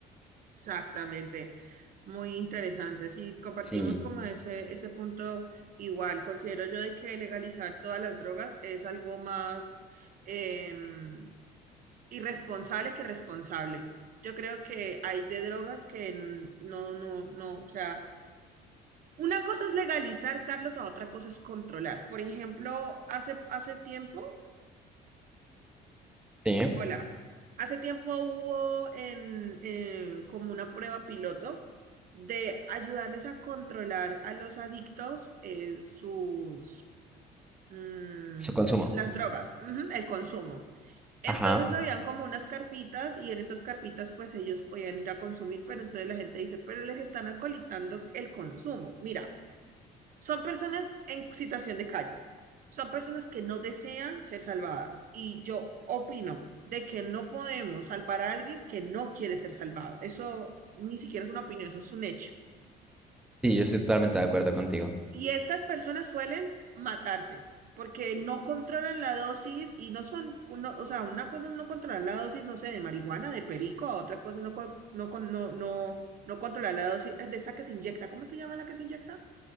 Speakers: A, on the right (about 55°); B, in the centre.
A: Exactamente. Muy interesante. Sí, compartimos
B: Sí,
A: como ese, ese punto igual. Considero yo de que legalizar todas las drogas es algo más em, irresponsable que responsable. Yo creo que hay de drogas que n- no, no, no, o sea, una cosa es legalizar, Carlos, a otra cosa es controlar. Por ejemplo, hace, hace tiempo
B: sí,
A: Hola, hace tiempo hubo en, eh, como una prueba piloto de ayudarles a controlar a los adictos eh, sus, mm,
B: su consumo.
A: su- las drogas, ujú, el consumo. Entonces
B: Ajá,
A: habían como unas carpitas y en estas carpitas pues ellos podían ir a consumir, pero entonces la gente dice, pero les están acolitando el consumo. Mira. Son personas en situación de calle. Son personas que no desean ser salvadas. Y yo opino de que no podemos salvar a alguien que no quiere ser salvado. Eso ni siquiera es una opinión, eso es un hecho.
B: sí, yo estoy totalmente de acuerdo contigo.
A: Y estas personas suelen matarse porque no controlan la dosis y no son, no- o sea, una cosa es no controlar la dosis, no sé, de marihuana, de perico, a otra cosa es no, con- no, con- no, no, no controlar la dosis eh, de esta que se inyecta. ¿Cómo se llama la que se inyecta?